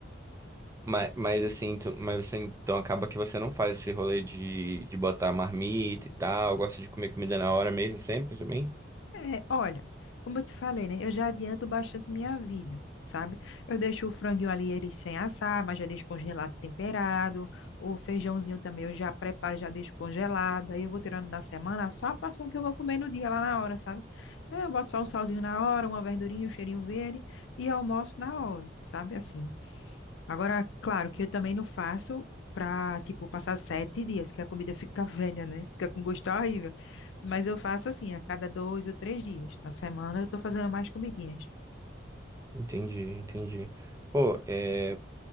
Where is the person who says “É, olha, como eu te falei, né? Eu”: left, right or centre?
Left